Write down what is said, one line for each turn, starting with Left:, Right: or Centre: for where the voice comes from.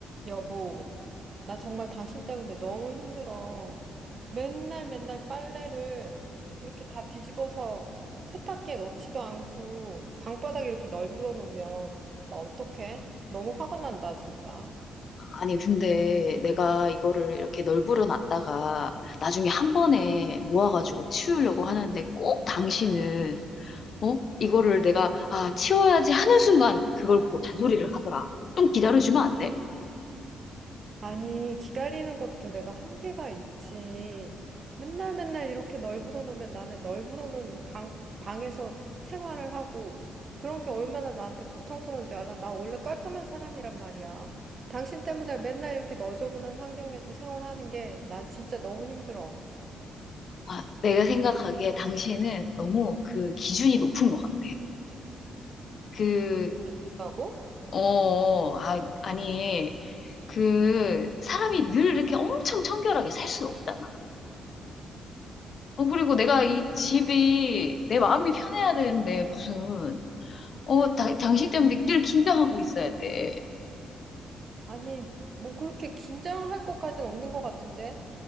Right: 여보, 나 정말 당신 때문에 너무 힘들어. 맨날 맨날 빨래를 이렇게 다 뒤집어서 세탁기에 넣지도 않고 방바닥에 이렇게 널브러 놓으면 나 어떡해? 너무 화가 난다, 진짜.
Left: 아니, 근데 내가 이거를 이렇게 널브러 놨다가 나중에 한 번에 모아가지고 치우려고 하는데 꼭 당신은, 어? 이거를 내가, 아, 치워야지 하는 순간 그걸 보고 잔소리를 하더라. 좀 기다려주면 안 돼?
Right: 아니, 기다리는 것도 내가 한계가 있지. 맨날 맨날 이렇게 널브러 놓으면 나는 널브러 놓은 이 방, 방에서 생활을 하고 그런 게 얼마나 나한테 고통스러운 줄 알아? 나 원래 깔끔한 사람이란 말이야. 당신 때문에 맨날 이렇게 너저분한 환경에서 생활하는 게 난 진짜 너무 힘들어.
Left: 아, 내가 생각하기에 당신은 너무 그 기준이 높은 것 같아. 그,
Right: 기죽다고?
Left: 어, 어, 아, 아니, 그 사람이 늘 이렇게 엄청 청결하게 살 수 없잖아. 어, 그리고 내가 이 집이 내 마음이 편해야 되는데 무슨 어, 다, 당신 때문에 늘 긴장하고 있어야 돼.
Right: 아니, 뭐 그렇게 긴장할 것까진 없는 것 같은데?